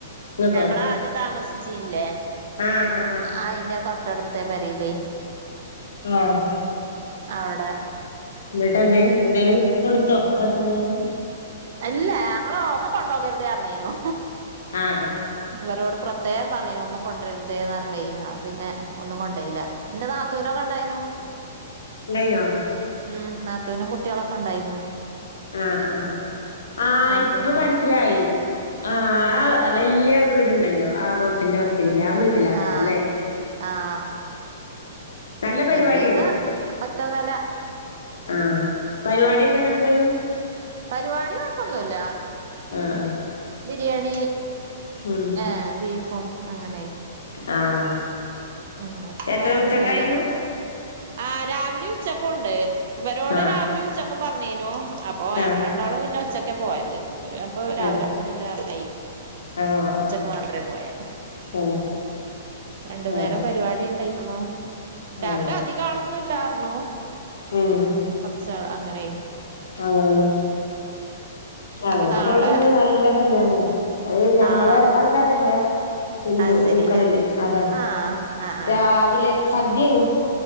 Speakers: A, on the left; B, on the right.
A: നിങ്ങക്കോ
B: ഞങ്ങളാദ്യം താമസിച്ചീന്നിലെ
A: ആഹ് ആഹ് ആഹ്
B: അയിന്റ തൊട്ടട്ത്ത പെരീലെയ്
A: ആഹ്
B: അവടെ
A: ഇന്നിട്ടെന്തെ എന്തായാലും കൊട്ത്തൊ പ്രസന്റേസം
B: അല്ല ഞങ്ങള് ഒന്നും കൊണ്ടോകര്തെ അർഞീന്നു
A: ആഹ് ആഹ്
B: ഇവരോട് പ്ര പ്രത്യേക പറഞ്ഞീനു ഒന്നും കൊണ്ട്രർതേന്നർഞൊയ് അപ്പ പിന്നെ ഒന്നും കൊണ്ടോയില്ല ഇന്റ നാത്തൂനൊക ഇണ്ടയ്നു
A: ഇണ്ടയ്ന്നൊ
B: ഉം നാത്തൂനും കുട്ട്യാളൊക്കെ ഇണ്ടായ്നൊ
A: ആഹ് ആഹ് ആഹ് ആഹ്ഇപ്പ
B: നാത്തൂന്റെ
A: മൻസ്സ്ലായി ആഹ് ആവ് വല്യ വീട്ണ്ടല്ലൊ ആഹ് റോട്ടിന്റെ വക്കില് ആഹ് വീട്ട്ലാക്കാരലെ
B: ആഹ് ആഹ്
A: നല്ല പരിപാടിയേന്നു
B: വല്യത് പറഞ്ഞ ഒറ്റ നെല
A: ആഹ് പരിപാടിയൊക്കെങ്ങന ഇണ്ടായ്ന്നു
B: പരുപാടി കൊഴ്പ്പൊന്നുല്ലാ
A: ആഹ് ആഹ്
B: ബിരിയാണി
A: ഉം
B: ആഹ് ബീഫും അങ്ങനെ
A: ആഹ്
B: അങ്ങനെ
A: എത്ര
B: കൊഴപ്പൊന്നുല്ല
A: ഉച്ചക്കായിരുന്നു
B: ആഹ് രാവിലെ ഉച്ചക്കും ഉണ്ട് ഇവരോട്
A: ആഹ്
B: രാവിലെ ഉച്ചക്കും പറഞ്ഞീനു അപ്പൊ ഞങ്ങ
A: ആഹ്
B: ഒരാള് പിന്നെ ഉച്ചക്കാ പോയത് ഒരു അപ്പൊ രാവിലെ
A: തന്നെ
B: പോണില്ലാ പറഞ്ഞേ
A: ആഹ്
B: ഉച്ചക്ക്
A: ആഹ്
B: മാത്ര പോയെ
A: ആഹ് തന്നെ
B: രണ്ടു നേ
A: ആഹ്
B: പരിപാടി ഉണ്ടായിക്കണു രാവിലെ
A: ആഹ്
B: അധികം ആളൊന്നും ഇല്ലാറുന്നു
A: ഉം
B: കൊറച്ചാൾ അങ്ങനെയ്
A: അങ്ങനതന്നെ
B: ഇനിപ്പ
A: ഞങ്ങക്കിപ്പം
B: നാളെ
A: ഇവിടെ ഇന്ന് നല്ല കല്യാണാണ് അത് ഞമ്മളെ
B: ആഹ്
A: ആൾക്കാരല്ല ഹിന്ദു
B: അത്
A: ഹിന്ദുക്കളില്ലേ
B: ശരി
A: അതാണ്
B: ആഹ് ആഹ് ആഹ്
A: രാവിലെ സധ്യെന്നു